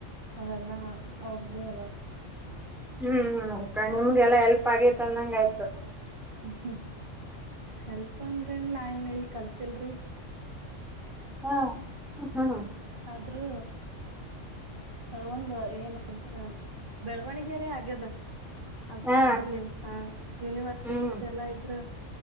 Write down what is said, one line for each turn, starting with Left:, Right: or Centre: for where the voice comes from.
Right: ಅವಲ್ಲಾ ಅವ್ರದ್ದೇ ಅವರು
Centre: ಹ್ಮ್ ನಿಮ್ಗೆ ಎಲ್ಲಾ ಎಲ್ಪ್ ಆಗೇತ್ ಅಂದಂಗ ಆಯ್ತು
Right: ಹ್ಮ ಹೆಲ್ಪ್ ಅಂದರೆ ನಾ ಇನ್ ಇಲ್ ಕಲ್ತಿಲ್ರಿರಿ
Centre: ಹಾ ಹ್ಮ್ ಹ್ಮ್್ಮ
Right: ಅಂದ್ರೆ ಒಂದ ಏನ ಅಂದ್ರ ಬೆಳವಣಗರೇ ಆಗ್ಯದ ಅದ್
Centre: ಹಾ
Right: ಅದ್ರಲಿಂತ ಯೂನಿವರ್ಸಿಟಿ
Centre: ಹ್ಮ್
Right: ಅದ ಎಲ್ಲಾ ಇದ್ರ